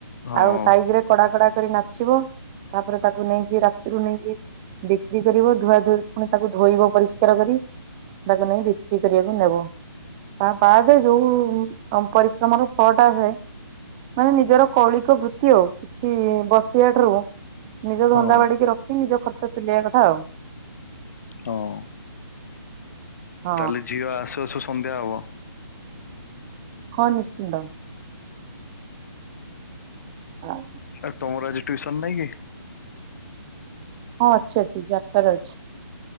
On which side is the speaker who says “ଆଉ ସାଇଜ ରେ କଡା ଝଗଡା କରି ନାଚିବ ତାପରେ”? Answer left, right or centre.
Right